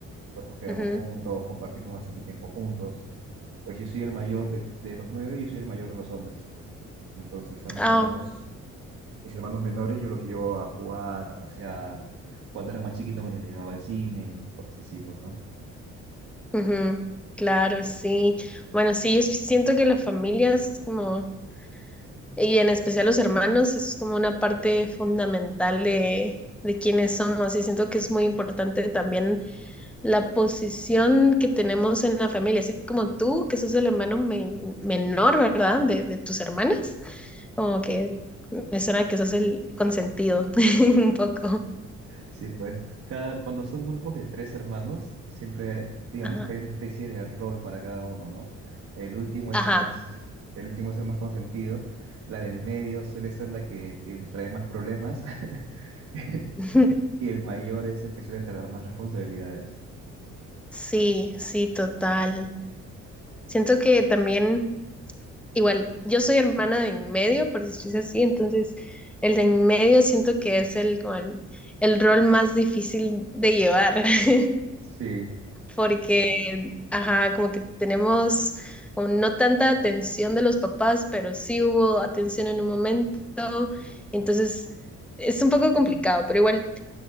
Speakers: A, on the right; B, in the centre.
A: pues nos quedamos
B: Ujú.
A: juntos, compartimos bastante tiempo juntos. Pues yo soy el mayor de, de los nueve, yo soy el mayor de los hombres. Entonces a mis
B: Ah,
A: hermanos, mis hermanos menores yo los llevo a jugar, a pasear. Cuando eran más chiquitos me los llevaba al cine y cosas así, pues, ¿no?
B: ujú, Claro, sí. Bueno, sí, yo siento que las familias como Y en especial los hermanos, eso es como una parte fundamental de, de quiénes somos. Y siento que es muy importante también la posición que tenemos en la familia. Así como tú, que sos el hermano men- menor, ¿verdad? De, de tus hermanas. Como que me suena que sos el consentido <laughs> un poco.
A: Sí, pues, cada, cuando son grupos de tres hermanos, siempre hay- digamos
B: Ajá.
A: que hay una especie de rol para cada uno, ¿no? El último es
B: Ajá.
A: el más, el último es el más consentido. La del medio suele ser la que te trae más problemas. <laughs>
B: <laughs>
A: y el mayor es el que suele cargar más responsabilidades.
B: Sí, sí, total. Siento que también igual, yo soy hermana de en medio, por si es así, entonces el de en medio siento que es el, como el, el rol más difícil de llevar, <laughs>
A: Sí,
B: porque, ajá, como que tenemos como no tanta atención de los papás, pero sí hubo atención en un momento, entonces es un poco complicado, pero igual